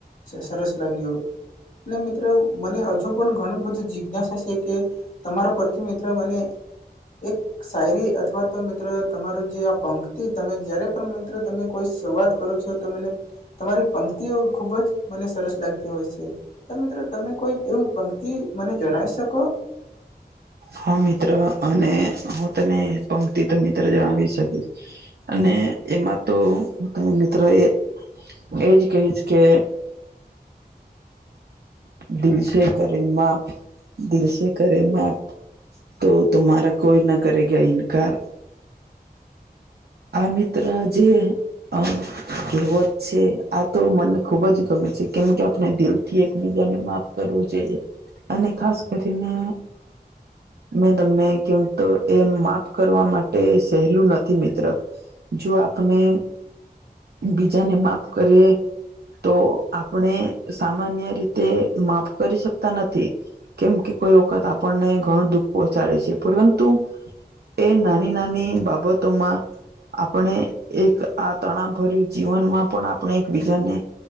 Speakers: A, on the left; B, on the right.
A: સરસ લાગ્યો. મિત્રો મને હજુ પણ ઘણું બધી જિજ્ઞાસા છે કે તમારો પરથી મિત્ર મને એક શાયરી અથવા તો મિત્ર તમારું જે આ પંખથી તમે જ્યારે પણ મિત્ર તમે કોઈ શરૂઆત કરો છો. જે તમારી પંક્તિઓ ખુબ જ મને સરસ લાગતી હોય છે તો મિત્રો તમે કોઈ એવું પંક્તિ મને જણાવી શકો.
B: હા મિત્ર અને હું તને પંક્તિ તો મિત્ર જણાવી શકીશ અને એમાં તો તમે મિત્રો એ એજ કહીશ કે દિલસે કરે માફ દિલસે કરે માફ તો તુમારા કોઈ ના કરેગ ઇનકાર આ મિત્ર જે અ કહેવત છે આ તો મને ખુબ જ ગમે છે કેમ કે આપણે દિલ થી એકબીજાને માફ કરવું જોઈએ અને ખાસ કરીને મેં તમને કેમ તો એ માફ કરવા માટે સહેલું નથી મિત્ર જો આપણે બીજાને માફ કરીએ તો આપણે સામાન્ય રીતે માફ કરી શકતા નથી. કેમ કે કોઈ વખત આપણને ઘણું દુઃખ પહોંચાડે છે પરંતુ એ નાની નાની બાબતોમાં આપણે એક આ તણાવ ભર્યું જીવનમાં પણ આપણે એકબીજાને